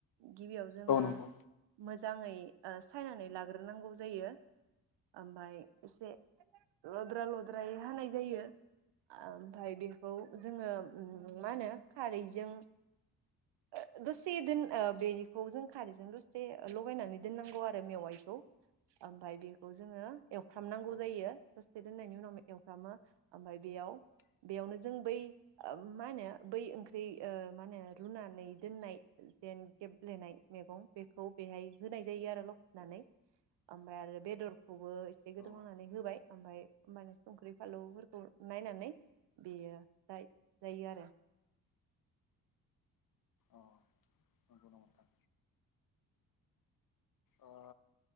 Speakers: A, on the right; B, on the left.
A: गिबियाव जोङो
B: औ
A: मोज
B: नंगौ
A: मोजाङै ओ सायनानै लाग्रोनांगौ जायो ओमबाय एसे लद्रा लद्रायै हानाय जायो ओमफ्राय बेखौ जोङो उम मा होनो खारैजों ओ दसे दोन ओ बेखौ जों खारैजों दसे ओ लगायनानै दोननांगौ आरो मेवाइ खौ ओमफ्राय बेखौ जोङो एवफ्रामनांगौ
B: औ
A: जायो दसे दोननायनि उनाव मे एवफ्रामो ओमफाय बेयाव बेयावनो जों बै उम मा होनो बै ओंख्रि ओ मा होनो रुनानै दोननाय जेन गेब्लेनाय मैगं बेखौ बेहाय होनाय जायो आरो लखबनानै ओमफ्राय आरो बेदरखौबो एसे गोदौ
B: औ
A: हांनानै होबाय ओमफाय ओमबानो संख्रि फालौफोरखौ नायनानै बेयो जाय जायो आरो।
B: अ नंगौ नोंथां ओ